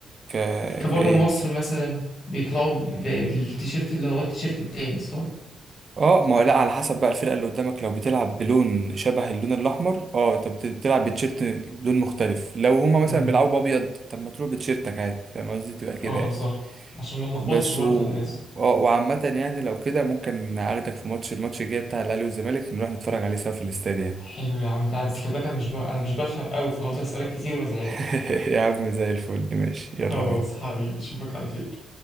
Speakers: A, on the right (about 45°); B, on the left (about 55°).
A: ك
B: كبره
A: كايه
B: مصر مثلا بيطلعوا ب- بالتيشيرت اللي هو التيشيرت التاني صح؟
A: اه ما هو لا على حسب بقى الفرقة اللي قدامك لو بتلعب بلون شبه اللون الاحمر اه انت بت- بتلعب بتيشيرت لون مختلف لو هما مثلا
B: امم
A: بيلعبوا بابيض طب ما تروح بتيشيرتك عادي فاهم قصدي تبقى كده
B: اه
A: يعني
B: صح عشان ما نلخبطش
A: بس
B: برضو
A: و...
B: الناس
A: اه وعامة يعني لو كده ممكن اخدك في ماتش الماتش الجاي بتاع الاهلي والزمالك نروح نتفرج عليه سوا في الاستاد يعني
B: حلو يا عم تعالى بس خلي بالك انا مش ب... انا مش بفهم قوي فهفضل اسالك كتير وازعجك
A: <laughs> يا عم زي الفل ماشي يلا
B: خلاص
A: بينا
B: حبيبي اشوفك على خير